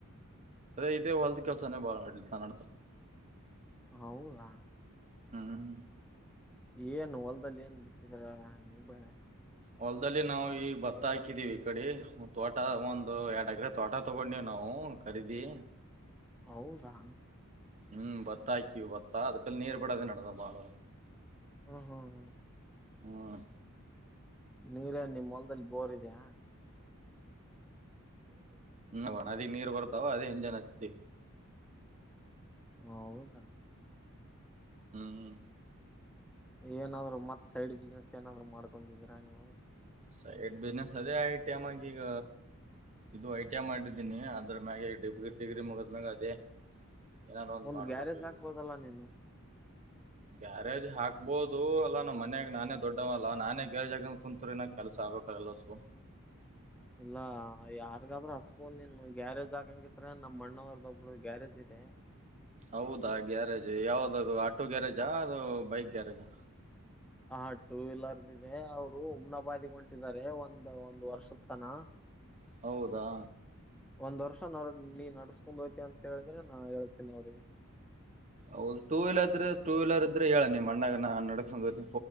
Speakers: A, on the right; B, in the centre.
A: ಅದೇ ಇದೆೇ ಹೊಲ್ತ್ ಕೆಲಸೇ ಬ ತಾನ ನ ಅಡ್ತ.
B: ಹೌದಾ
A: ಹ್ಮ್
B: ಏನ್ ಹೊಲ್ದಲ್ಲಿ ಏನ್ ಬಿತ್ತಿದ್ರ ನೀವವು ಬೆಳೆ.
A: ಹೊಲದಲ್ಲಿ ನಾವು ಈ ಭತ್ತ ಹಾಕಿದೀವಿ ಈ ಕಡೆ ತೋಟ ಒಂದು ಎರಡ್ ಎಕ್ರೆಗ್ ತೋಟ ತಗೊಂಡಿವ್ ನಾವು. ತಡಿದಿ
B: ಹೌದಾ
A: ಹ್ಮ್ ಭತ್ತ ಹಾಕಿವ್ ಭತ್ತಾ ಅದಕಲ್ ನೀರ್ ಬಿಡೋದೇ ನಡ್ ದದ್ ಬಾಳ.
B: ಹ್ಮ್ ಹ್ಮ್ ಹ್ಮ
A: ಹ್ಮ್
B: ನೀರೇನ್ ನಿಮ್ ಹೊಲದಲ್ ಬೋರ್ ಇದ್ಯ <unintelligible>
A: ಹ ಒಳದಿಗ್ ನೀರ್ ಬರ್ತಾವ ಅದೇ ಇಂಜನ್ ಹಚ್ತಿ.
B: ಹ ಹೌದ
A: ಹ್ಮ ಹ್ಮ
B: ಏನಾದ್ರು ಮತ್ ಸೈಡ್ ಬಿಸ್ನೆಸ್ ಏನಾದ್ರು ಮಾಡ್ಕೊಂಡಿದೀರಾ ನೀವು.
A: ಸೈಡ್ ಬಿಸ್ನನೆಸ್ ಅದೇ ಆಗ್ಯಾದ್ ಟೈಮ್ ಗ್ ಈಗ. ಇದು ಐ ಟಿ ಐ ಮಾಡಿದ್ದೀನಿ ಅದ್ರ ಮ್ಯಾಗೆ ಡಿಗ್ರಿ ಮುಗದ್ಮ್ಯಾಗ ಅದೇ. ಏನಾರು
B: ಒಂದ್
A: ಮಾಡ್ಬೇಕು
B: ಗ್ಯಾರೇಜ್
A: ಈಗ
B: ಆಕ್ಬೋದಲ್ಲಾ ನೀನು.
A: ಗ್ಯಾರೇಜ್ ಹಾಕ್ಬಹುದು ಅಲ್ಲ ನಮ್ ಮನೆಗ್ ನಾನೇ ದೊಡ್ಡವಲ್ಲ ನಾನೇ ಗ್ಯಾರೇಜ್ ಹಕ ಕುಂತ್ರಿ ನ ಕೆಲಸ ಆಗ್ಬೇಕ ಬರಲಸು
B: ಇಲ್ಲ ಯಾರಿಗಾದ್ರರು ಹಚ್ಬೊದ್ ನೀನ್ ಗ್ಯಾರೇಜ್ ಹಾಕಂಗಿದ್ರೆ ನಮ್ ಅಣ್ಣರ್ದ ಒಬ್ರು ಗ್ಯಾರೇಜ್ ಇದೆ.
A: ಹೌದಾ ಗ್ಯಾರೇಜ್ ಯಾವ್ದದು ಆಟೋ ಗ್ಯಾರೇಜಾ ಅದು ಬೈಕ್ ಗ್ಯಾರೇಜಾ.
B: ಹ ಟೂ ವೀಲರ್ ಇದೆ ಅವ್ರು ಉಮ್ನ ಬದಿಗ್ ಹೊಂಟಿದ್ದಾರೆ ಒಂದ ಒಂದ್ ವರ್ಷದ್ ತನ.
A: ಹೌದಾ
B: ಒಂದ್ ವರ್ಷ ನೀ ನಡ್ಸ್ಕೊಂಡ್ ಹೋತ್ಯ ಅಂತ ಹೇಳಿದ್ರೆ ನಾ ಹೇಳ್ತಿನಿ ಅವ್ರಿಗೆ.
A: ಹೌದು ಟೂ ವೀಲರ್ ಇದ್ರ ಟೂ ವೀಲರ್ ಇದ್ರೆ ಹೇಳ ನಿ ಅ್ಣ ನಡರ್